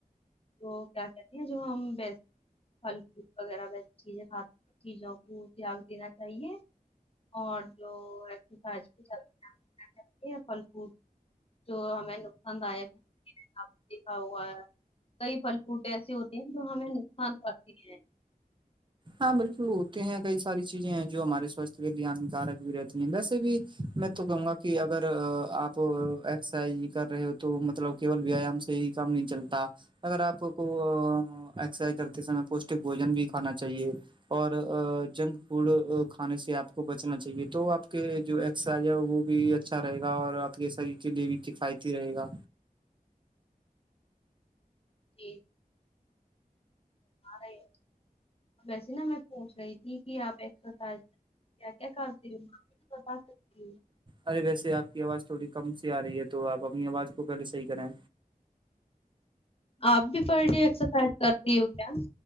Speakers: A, on the left; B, on the right.
A: تو کیا کہتے ہیں جو ہم بیس پھل فوٹ وغیرہ ویسی چیزیں کھات چیزوں کو تیاگ دینا چاہیے اور جو سج کی ج ہیں یہ پھل فوٹ جو ہمیں نقصان داک ہے دیکھا ہوا ہے کئی پل فوٹ ایسی ہوتی ہیں جو ہمیں نقصان کرتی ہیں
B: ہاں بالکل ہوتے ہیں کئی ساری چیزیں ہیں جو ہمارے ساستھ کے لیے ہانیکارک بھی رہتی ہیں ویسے بھی میں تو کہوں گا کہ اگر آپ ایکسرسائز کر رہے ہو تو مطلب کیول ویایام سے ہی کام نہیں چلتا اگر آپ کو ایکسرسائز کرتے سمئے پوشٹک بوجن بھی کھانا چاہیے اور جنک فوڈ کھانے سے آپ کو بچنا چاہیے تو آپ کے جو صحت جو ہے وہ بھی اچھا رہے گا اور آپ کے شریر کے لیے بھی کفایتی رہے گا
A: جی رہی ویسے نا میں پوچ رہی تھی آپ ایکسرسائز کیا کیا کرتے ہو بتا سکتی ہ
B: ارے ویسے آپ کی آواز تھوڑی کم سی آ رہی ہے تو آپ اپنی آواز کو پہلے صحیح کریں
A: آپ بھی پر ڈے ایکسرسائز کرتی ہو کیا